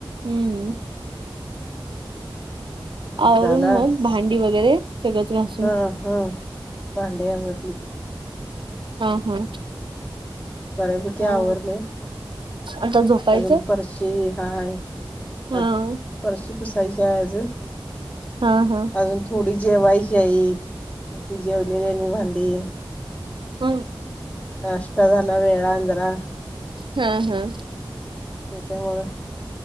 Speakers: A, on the right (about 70°); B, on the left (about 15°).
A: हम्म,
B: मग
A: आवरून
B: झालास
A: मग भांडी वगैरे सगच घास''--''
B: हा हा, भांड्यावरली.
A: हा हा,
B: बऱ्यापैकी
A: हा
B: आवरडलेय
A: आता झोपायचं
B: अजून पशी हाय.
A: हा
B: आप पर्शी पुिसायचे हाय आज.
A: हा हा,
B: अजून थोडी जेवायची आहेतती जेवलेली आणि भांडी.
A: हम्,
B: नाश्ता झाला वेळ न जरा.
A: हा हा,
B: त्याच्यामुंळ